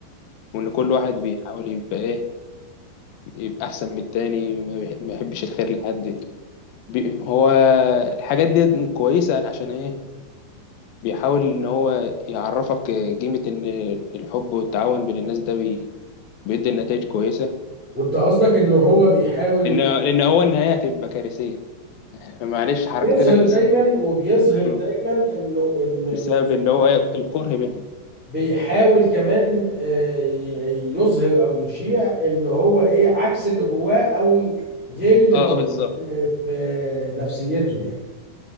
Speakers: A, on the left; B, in the centre.
A: وان كل واحد بيحاول يبقى ايه يبقى احسن من التاني ما بيح- ما يحبش الخير لحد بي- هو الحاجات دي كويسة عشان ايه بيحاول ان هو يعرفك قيمة ان الحب والتعاون بين الناس ده بي- بيدي نتائج كويسة
B: وانت قصدك ان هو بيحاول
A: لان لان هو النهاية هتبقى كارثية <laughs> معلش حركت
B: يظهر
A: لك بس
B: دايما وبيظهر دايما
A: مم.
B: انه ال... ال...
A: بسبب اللي هو إيه؟ الكره بينهم
B: بيحاول كمان آه، ي- يظهر او يشيع اللي هو ايه عكس اللي جواه او غير اللي
A: اه
B: موجود
A: بالظبط
B: في نفسيته يعني